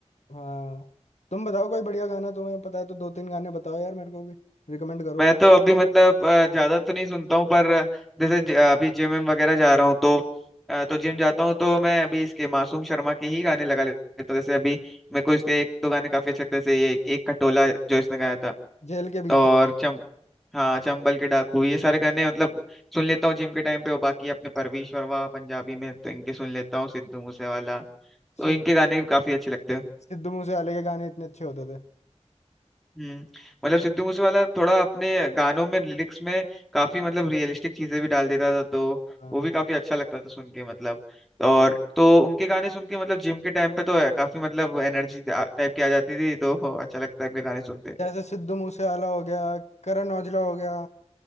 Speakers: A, on the left; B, in the centre.
A: हाँ तुम बताओ कोई बढ़िया गाना तुम्हें पता है तो दो तीन गाने बताओ यार मेरे को भी रिकमेंड करो
B: मैं तो अभी मतलब अ, ज्यादा तो नहीं सुनता हूँ पर अ, जैसे ज- अभी जिम विम वगैरह जा रहा हूँ तो अ, तो जिम जाता हूँ तो मैं अभी इसके मासूम शर्मा के ही गाने लगा लेता हूँ जैसे अभी मेरे को इसके एक दो गाने काफी अच्छे लगते हैं जैसे ये एक खटोला जो इसने गाया था
A: जेल के भीतर
B: और चम हाँ चंबल के डाकू ये सारे गाने मतलब सुन लेता हूँ जिम के टाइम पे और बाकी अपने परवीश वर्मा पंजाबी में तो इनके सुन लेता हूँ सिद्धू मूसेवाला तो
A: सिद्ध
B: इनके गाने भी काफी अच्छे लगते हैं
A: सिद्धू मूसेवाले के गाने इतने अच्छे होते थे
B: हम्म मतलब सिद्धू मूसेवाला थोड़ा अपने गानों में लिरिक्स में काफी मतलब रियलिस्टिक चीजें भी डाल देता था तो
A: हाँ
B: वो भी काफी अच्छा लगता था सुन के मतलब और तो उनके गाने सुन के मतलब जिम के टाइम पे तो है, काफी मतलब एनर्जी टाइप की आ जाती थी तो <laughs> अच्छा लगता है उनके गाने सुनते
A: जैसे सिद्धू मूसेवाला हो गया करण औजला हो गया